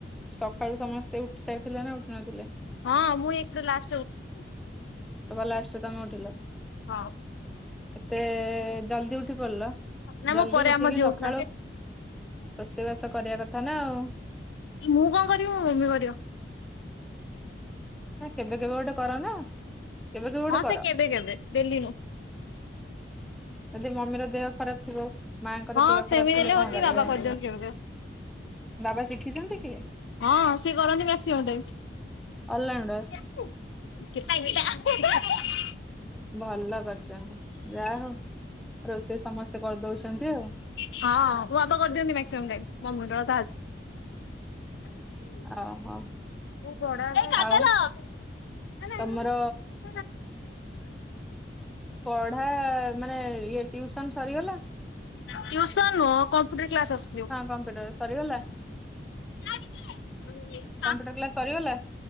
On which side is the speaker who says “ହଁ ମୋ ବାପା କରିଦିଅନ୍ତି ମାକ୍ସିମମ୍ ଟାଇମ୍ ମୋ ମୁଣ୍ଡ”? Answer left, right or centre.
Left